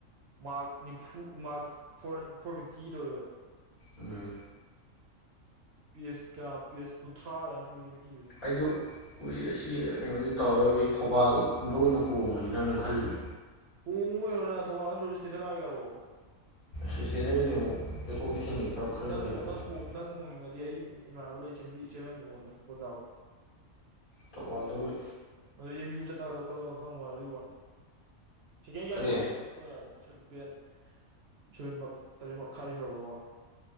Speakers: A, on the right; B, on the left.
A: ꯃꯥꯔꯛ ꯅꯤꯐꯨ ꯃꯥꯔꯛ ꯐꯣꯔ ꯐꯣꯔ ꯐꯤꯞꯇꯤꯒꯤꯗꯧꯋꯦꯕ
B: ꯎꯝ
A: ꯄꯦꯁ ꯀꯌꯥ ꯄꯦꯁ ꯀꯨꯟꯊ꯭ꯔꯥ ꯀꯌꯥꯅꯣ ꯑꯃ ꯏꯕ
B: ꯑꯩꯁꯨ ꯀꯨꯏꯔꯦ ꯑꯁꯤ ꯀꯩꯅꯣꯗꯤ ꯇꯧꯔꯔꯣꯏ ꯊꯧꯕꯥꯜꯗ ꯑꯣꯏꯅ ꯍꯣꯡꯉꯁꯤꯔ ꯅ ꯈꯜꯂꯤꯕ
A: ꯍꯣꯉꯨ ꯀꯩꯅꯣ ꯅꯪ ꯊꯧꯕꯥꯜꯅ ꯇꯨꯔꯤꯁꯇꯗ ꯀꯥꯔꯛꯑꯣ
B: ꯁꯇꯦꯟꯗꯔꯗꯗꯤ ꯑꯃꯨꯛ ꯆꯠꯊꯣꯛ ꯆꯠꯁꯤꯟꯒꯦ ꯈꯔ ꯈꯜꯂꯒ
A: ꯅꯪ
B: ꯌꯥꯏ ꯅꯠꯇ꯭ꯔꯗꯤ
A: ꯅꯪ ꯅꯪ ꯍꯣꯡꯅꯤꯡꯉꯗꯤ ꯑꯩ ꯏꯃꯥꯟꯅꯕ ꯂꯩ ꯆ ꯆꯦꯜꯍꯟꯒ ꯃꯉꯣꯟꯗ ꯕꯣꯠꯀꯥꯕ
B: ꯇꯧꯕꯥꯜꯗꯣ
A: ꯑꯗꯣ ꯑꯦꯝ ꯌ ꯌꯨ ꯆꯠꯅꯒꯗꯕ ꯈꯔꯥꯈꯛ ꯈꯪꯕ ꯋꯥꯅꯤ ꯑꯗꯨꯒꯤ ꯋꯥꯅꯤ ꯁꯦꯀꯦꯟ ꯀꯌꯥ
B: ꯀꯔꯤ
A: ꯁꯨꯔꯒꯦ ꯑꯩꯈꯣꯏ ꯁꯕꯦꯟ ꯁꯕꯦꯟꯃꯛ ꯇꯥꯔꯦꯠꯃꯈꯥꯏ ꯁꯨꯔꯕꯀꯣ